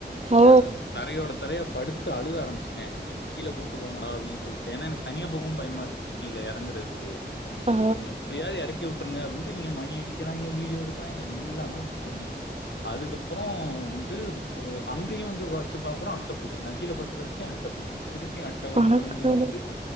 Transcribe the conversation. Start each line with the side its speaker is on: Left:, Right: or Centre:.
Right: ஓ
Left: அ தரையோட தரையா படுத்து அழுக ஆரம்பமிச்ட்டே கீழ கூட்டு போங்கடா அப்டின் சொல்ட்டு ஏன்னா எனக்கு தனியா போகவும் பயமா இருந்ச்சி கீழ எறங்குறதுக்கு
Right: ஆ
Left: என்னய எப்டியாவ்து எறக்கி வுட்டுருங்க அப்டின்னு டு இவிங்க மணி அடிக்கிறாங்ஞ வீடியோ எடுக்குறாங்ஞ எல்லாமே பண்ணாய்ங்ஞ அதுக்கப்பறோ வந்து அங்கேயு வந்து வச்சு பாக்குறோ அட்டப்பூச்சி நா கீழே படுத்து கடக் கே அட்டப்பூச்சி திருப்பி அட்ட வந்து
Right: அடக்கடவுளே
Left: வந்து வந்து